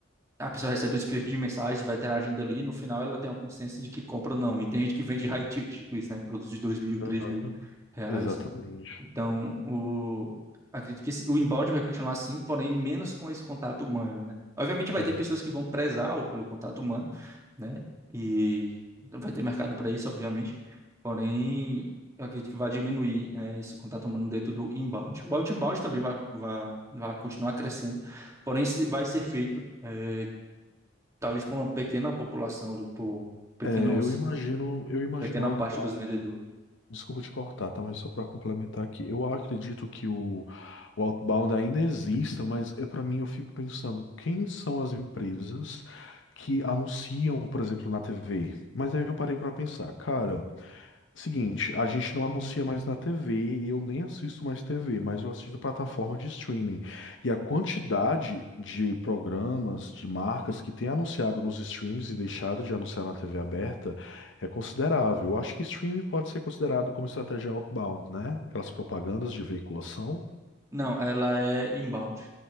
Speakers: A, on the right; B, on the left.
A: a pessoa recebe o script de mensagem, vai ter a agenda ali, e no final ela tem uma consciência de que compra ou não. E tem gente que vende high ticket com isso, né? Produtos de dois mil, três
B: aham,
A: mil reais.
B: exatamente.
A: Então, o... acredito que esse- o inbound vai continuar assim, porém menos com esse contato humano, né? Obviamente vai
B: É,
A: ter pessoas que vão prezar o- pelo contato humano, né? E vai ter mercado para isso, obviamente. Porém, eu acredito que vai diminuir, né, esse contato humano dentro do inbound. O outbound também vai, vai, vai continuar crescendo, porém se- vai ser feito, eh, talvez por uma pequena população, ali, por pequenos,
B: é, eu imagino, eu imagino
A: pequena
B: o outbound.
A: parte dos vendedores.
B: Desculpa te cortar, tá? Mas só para complementar aqui, eu acredito que o, o outbound ainda exista, mas é para mim eu fico pensando, quem são as empresas que anunciam, por exemplo, na TV? Mas aí eu parei para pensar, cara, Seguinte, a gente não anuncia mais na TV e eu nem assisto mais TV, mas eu assisto plataforma de streaming. E a quantidade de programas, de marcas que tem anunciado nos streams e deixado de anunciar na TV aberta é considerável. Eu acho que streaming pode ser considerado como estratégia outbound, né? Aquelas propagandas de veiculação.
A: Não, ela é inbound.